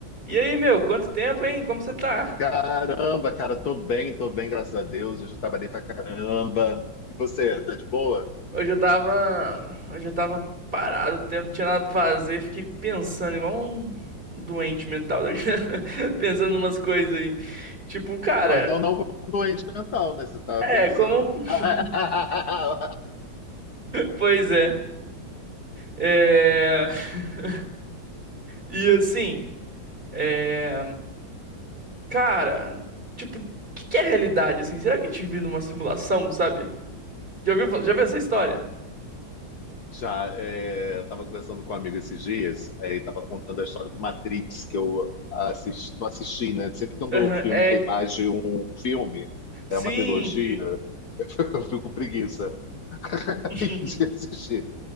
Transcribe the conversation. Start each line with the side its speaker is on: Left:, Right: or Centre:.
Right: E aí, meu, quanto tempo, hein? Como você tá?
Left: Caramba, cara, tô bem, tô bem, graças a Deus. Hoje eu trabalhei pra caramba. E você, tá de boa?
Right: Hoje eu tava, hoje eu tava parado, o tempo, não tinha nada pra fazer, fiquei pensando igual um doente mental, né? <laughs> pensando umas coisas aí. Tipo, cara,
Left: Bom, então não como doente mental, né? Você estava
Right: é
Left: pensando.
Right: como,
Left: <laughs>
Right: <laughs> pois é. É. <laughs> E assim, é, cara, tipo, o que que é realidade assim? Será que a gente vive numa simulação, sabe? Já ouviu, fa- já viu essa história?
Left: Já, é, eu tava conversando com um amigo esses dias, aí tava contando a história do Matrix, que eu assisti, não assisti, né? Sempre que um
Right: Aham,
Left: o filme
Right: é,
Left: tem mais de um filme,
Right: sim,
Left: é uma trilogia,
Right: sim.
Left: <laughs> eu fico com preguiça <laughs>
Right: <laughs>
Left: de assistir.